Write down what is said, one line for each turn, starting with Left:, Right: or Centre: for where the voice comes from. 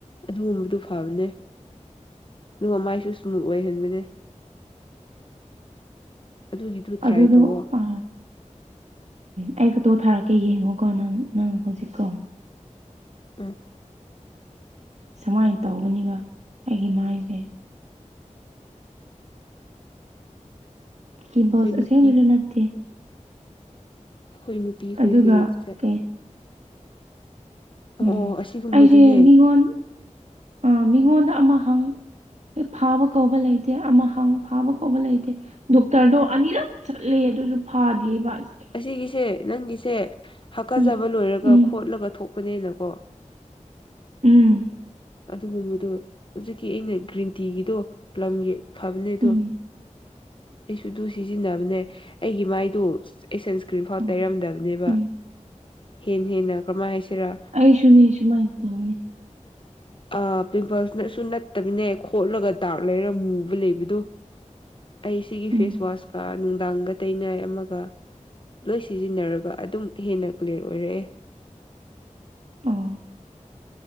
Left: ꯑꯗꯨꯒꯨꯝꯕꯗꯨ ꯐꯕꯅꯦ ꯑꯗꯨꯒ ꯃꯥꯏꯁꯨ ꯏꯁꯃꯨꯠ ꯑꯣꯏꯍꯟꯕꯅꯦ ꯑꯗꯨꯒꯤꯗꯨ ꯇ꯭ꯔꯥꯏ
Right: ꯑꯗꯨꯗꯣ
Left: ꯇꯧꯋꯣ
Right: ꯑ ꯑꯩ ꯐꯣꯇꯣ ꯊꯥꯔꯛꯀꯦ ꯌꯦꯡꯉꯣꯀꯣ ꯅꯪ ꯅꯪ ꯍꯧꯖꯤꯛꯀꯣ
Left: ꯎꯝ
Right: ꯁꯨꯃꯥꯏꯅ ꯇꯧꯕꯅꯤꯕ ꯑꯩꯒꯤ ꯃꯥꯏꯁꯦ ꯄꯤꯝꯄꯜꯁ
Left: ꯑꯩꯈꯣꯏ ꯅꯨꯄꯤ
Right: ꯑꯁꯦꯡꯕꯁꯨ ꯅꯠꯇꯦ
Left: ꯑꯩꯈꯣꯏ ꯅꯨꯄꯤ ꯈꯣꯏꯁꯦ
Right: ꯑꯗꯨꯒ
Left: <unintelligible>
Right: ꯀꯩ
Left: ꯑꯣ
Right: ꯎꯝ
Left: ꯑꯣ ꯑꯁꯤꯒꯨꯝꯕꯗꯨꯅꯦ
Right: ꯑꯩꯁꯦ ꯃꯤꯉꯣꯟ ꯑ ꯃꯤꯉꯣꯟꯗ ꯑꯃ ꯍꯪ ꯐꯥꯕ ꯀꯧꯕ ꯂꯩꯇꯦ ꯑꯃ ꯍꯪ ꯐꯥꯕ ꯀꯧꯕ ꯂꯩꯇꯦ ꯗꯣꯛꯇꯔꯗꯣ ꯑꯅꯤꯔꯛ ꯆꯠꯂꯦ ꯑꯗꯨꯁꯨ ꯐꯥꯗꯦꯕꯁ
Left: ꯑꯁꯤꯒꯤꯁꯦ ꯅꯪꯒꯤꯁꯦ ꯍꯥꯛꯀꯖꯕ
Right: ꯎꯝ
Left: ꯂꯣꯏꯔꯒ
Right: ꯎꯝ
Left: ꯈꯣꯠꯂꯒ ꯊꯣꯛꯄꯅꯦꯅꯀꯣ
Right: ꯎꯝ
Left: ꯑꯗꯨꯒꯨꯝꯕꯗꯣ ꯍꯧꯖꯤꯛꯀꯤ ꯑꯩꯅ ꯒ꯭ꯔꯤꯟ ꯇꯤꯒꯤꯗꯣ ꯂꯝꯒꯤ ꯐꯕꯅꯦ ꯑꯗꯣ
Right: ꯎꯝ
Left: ꯑꯩꯁꯨ ꯑꯗꯨ ꯁꯤꯖꯤꯟꯅꯕꯅꯦ ꯑꯩꯒꯤ ꯃꯥꯏꯗꯣ ꯑꯩ ꯁꯟꯁ꯭ꯀ꯭ꯔꯤꯟ ꯐꯥꯎ
Right: ꯑꯥ
Left: ꯇꯩꯔꯝꯗꯕꯅꯦꯕ
Right: ꯎꯝ
Left: ꯍꯦꯟꯅ ꯍꯦꯟꯅ ꯀꯔꯝꯍꯥꯏꯅ ꯍꯥꯏꯁꯤꯔꯥ
Right: ꯑꯩ ꯁꯨꯅꯤꯁ ꯃꯥꯏ ꯇ ꯍꯣꯅꯤ
Left: ꯑ ꯄꯤꯝꯄꯜꯁꯅꯁꯨ ꯅꯠꯇꯕꯅꯦ ꯈꯣꯠꯂꯒ ꯗꯥꯛ ꯂꯩꯔ ꯃꯨꯕ ꯂꯩꯕꯗꯣ ꯑꯩ ꯁꯤꯒꯤ
Right: ꯎꯝ
Left: ꯐꯦꯁꯋꯥꯁꯀ ꯅꯨꯡꯗꯥꯡꯒ ꯇꯩꯅꯩ ꯑꯃꯒ ꯂꯣꯏ ꯁꯤꯖꯤꯟꯅꯔꯒ ꯑꯗꯨꯝ ꯍꯦꯟꯅ ꯀ꯭ꯂꯤꯌꯥꯔ ꯑꯣꯏꯔꯛꯑꯦ
Right: ꯑꯣ